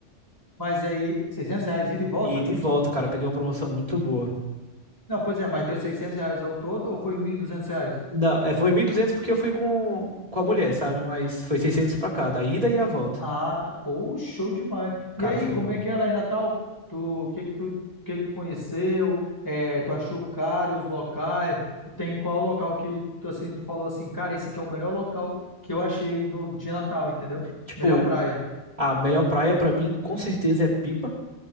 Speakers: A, on the left (about 15°); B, on the right (about 30°).
A: Mas aí, 600 reais ida e volta?
B: E de volta, cara, peguei uma promoção muito boa.
A: Não, pois é, mas deu 600 reais ao todo ou foi 1.200 reais?
B: Não, é, foi 1.200 porque eu fui com, com a mulher, sabe? Mas foi 600 pra cada, a ida e a volta.
A: Ah, tá. Pô, show demais.
B: Cara,
A: E aí,
B: foi
A: como
B: bom.
A: é que é lá em Natal? Tu, o que que tu, o que que tu conheceu? É, tu achou caro os locais? Tem qual local que tu, assim, tu falou assim, cara, esse aqui é o melhor local que eu achei no de Natal, entendeu?
B: Tipo,
A: Melhor praia.
B: a melhor praia pra mim, com certeza, é Pipa.